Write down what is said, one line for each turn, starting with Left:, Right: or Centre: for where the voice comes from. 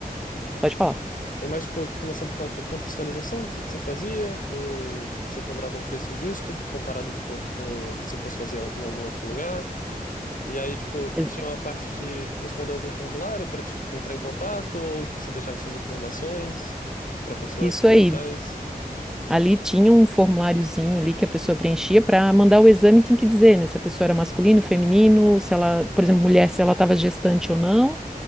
Centre: pode falar.
Left: é mais tipo, começava com a te- contextualização, o que que você fazia, ou você cobrava um preço justo comparado tipo com se fosse fazer em algum outro lugar. E aí, tipo,
Centre: Ex-
Left: tinha uma parte de responder algum formulário pra te entrar em contato, ou tipo, você deixava suas informações pra pessoa
Centre: Isso
Left: ir
Centre: aí.
Left: atrás?
Centre: Ali tinha um formuláriozinho ali que a pessoa preenchia para mandar o exame, tinha que dizer, né? Se a pessoa era masculino, feminino, se ela, por exemplo, mulher, se ela estava gestante ou não.